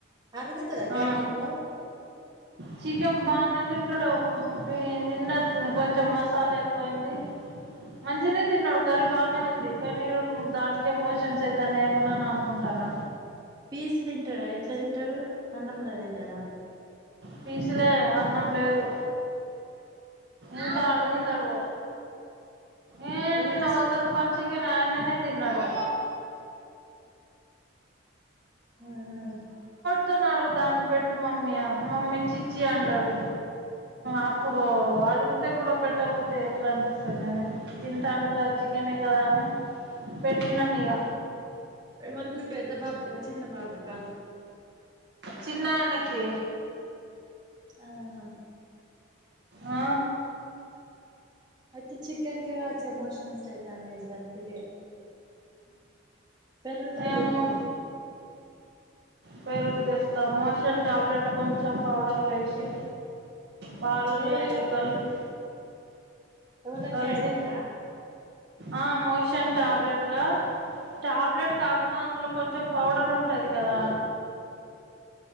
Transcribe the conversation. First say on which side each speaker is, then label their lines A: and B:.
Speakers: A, on the right; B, on the right.
A: అర్గుతద
B: ఆ
A: గాయనకు?
B: చికెన్ బానే తింటడు, నిన్న కొంచెం మసాలా ఎక్కువయింది మంచినే తిన్నాడు కర్రీ బానే ఉంది. కని ఈ రోజు దానికే మోషన్స్ ఐతనయ్ ఏమోనని అనుకుంటాన.
A: పీస్ తింటాడా ఎట్లా తింటాడు అన్నంలా తింటాడా
B: పీసులే అన్నం లేదు ఇంతా అడుగుతడు
A: అయ్
B: ఏ
A: ఎవళ
B: నిన్న వంద రూపాల్ చికెన్ ఆయననే తిన్నాడు
A: ఆ
B: తను అడుగుతాండు పెట్టు మమ్మీ ఆ మమ్మ చ్చిచ్చి అంటాడు అప్పుడు అడుగితే కూడా పెట్టకపోతే ఎట్లా అనిపిస్తది అని తింటాండు కదా చికెనే కదా అని పెట్టినం ఇగ
A: ఎ వాళ్ళ మీ పెద్ద బాబు కా చిన్న బాబు కా
B: చిన్నాయానికి
A: ఆహా
B: ఆ
A: అయితే చికెన్ కే గావచ్చే మోషన్స్ ఐతన్నాయ్ గంతుకే పెరుగు తోటి
B: ఏమో
A: తినిపి
B: పెరుగు తెస్తా మోషన్ టాబ్లెట్ కొంచెం పౌడర్లు వేసి పాలల్లో
A: ఏ
B: కలిపి
A: ఎవలగ్గాయనాకా
B: కలిపి ఆ మోషన్ టాబ్లెట్లా టాబ్లెట్ కాకుండా అందులో కొంచెం పౌడర్ ఉంటది కదా